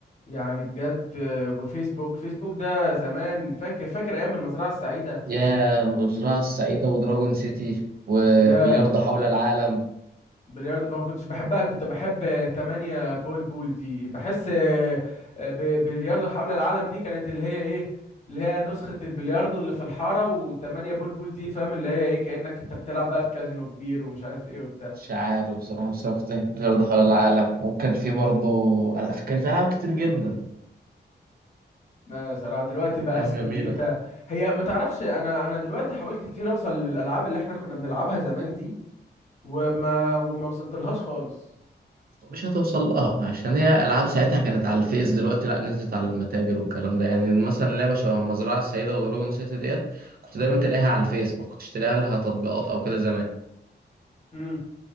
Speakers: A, on the left; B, on the right.
A: يعني بجد آه، وفيسبوك فيسبوك ده زمان فاكر فاكر ايام المزرعة السعيدة
B: يا الزراعة السعيدة ودراجون سيتي وبلياردو
A: يا
B: حول العالم
A: بلياردو ما كنتش بحبها كنت بحب 8 بول بول دي بحس آه، آه، ب- بلياردو حول العالم دي كانت اللي هي ايه اللي هي نسخة البلياردو اللي في الحارة و8 بول بول دي فاهم اللي هي ايه كأنك انت بتلعب بقى في كازينو كبير ومش عارف ايه
B: مش عارف بصراحة بس أنا كنت بحب بلياردو حول العالم وكان في برضه ألعاب كان في ألعاب كتير جدا
A: لا صراحة دلوقتي بقى
B: أيام
A: اسمه
B: جميلة
A: ميتا هي ما تعرفش انا انا دلوقتي حاولت كتير اوصل للالعاب اللي احنا كنا بنلعبها زمان دي وما وما وصلت لهاش خالص
B: مش هتوصل لها عشان هي ألعاب ساعتها كانت على الفيس دلوقتي لأ نزلت على المتاجر والكلام ده يعني مثلا لعبة شبه المزرعة السعيدة ودراجون سيتي ديت كنت دايما تلاقيها على الفيس ما كنتش تلاقيها لها تطبيقات أو كده زمان
A: امم